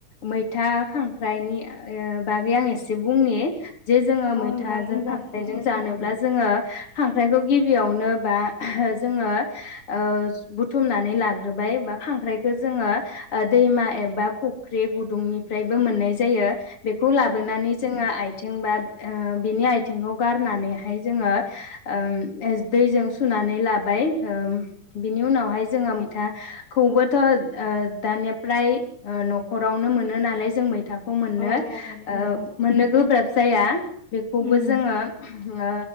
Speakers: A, on the left; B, on the left.
A: मैथा खांख्राइनि बागै आं एसे बुंनि जे जोङो
B: औ
A: मैथाजों
B: नोंथां बुंजागोन
A: खाख्राइजों
B: दे
A: जानोब्ला जोङो खांख्राइखौ गिबियावनो बा जोङो ओ बुथुमनानै लाग्रोबाय बा खांख्राइखौ जोङो दैमा एबा फुख्रि गुदुंनिफ्रायबो मोननाय जायो बेखौ
B: औ
A: लाबोनानै जोङो आइथिं बा ओ बिनि आइथिखौ गारनानैहाय जोङो ओ एस दैजों सुनानै लाबाय ओम बिनि उनावहाय जोङो मैथा खौबोथ' ओ दानिया फ्राय ओ नखरावनो मोनो नालाय जों मैथा खौ मोननो
B: औ मोनो
A: ओ
B: नोंथां
A: मोननो गोब्राब जाया बेखौबो
B: उम
A: जोङो ओ